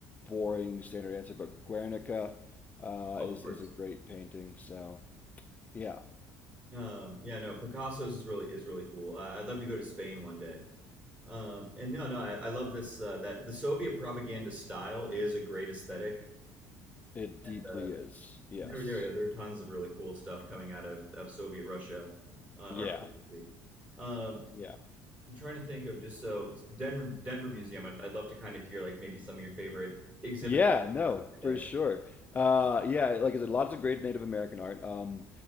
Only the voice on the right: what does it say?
Of
course.
Um, yeah, no, Picasso's is really is really cool. I, I'd love to go to Spain one day. Um, and no, no, I, I love this uh, that the Soviet propaganda style is a great aesthetic,
and uh,
there there yeah, there are tons of really cool stuff coming out of of Soviet Russia uh,
artistically. Um,
I'm trying to think of just so Denver Denver Museum. I'd, I'd love to kind of hear like maybe some of your favorite exhibits
you have there.